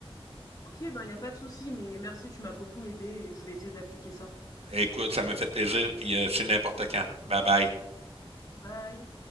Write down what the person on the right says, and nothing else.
Écoute, ça me fait plaisir. Puis euh, c'est n'importe quand. Bye bye.